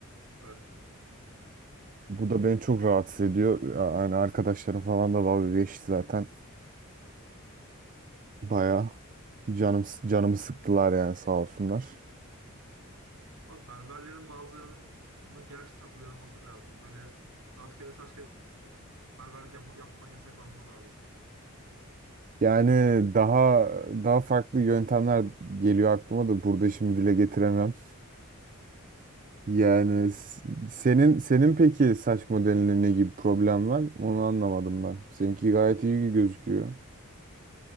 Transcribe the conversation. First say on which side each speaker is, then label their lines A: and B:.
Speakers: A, on the right (about 85°); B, on the right (about 40°).
A: Evet.
B: Bu da beni çok rahatsız ediyor. Yani arkadaşlarım falan da dalga geçti zaten. Baya canım canımı sıktılar yani sağ olsunlar.
A: Ama berberlerin bazılarının gerçekten uyarılması lazım. Böyle rastgele saç kesip berberlik yap yapman yasaklanmalı abi.
B: Yani daha daha farklı yöntemler geliyor aklıma da burada şimdi dile getiremem. Yani s- senin senin peki saç modelinde ne gibi problem var? Onu anlamadım ben. Seninki gayet iyi gözüküyor.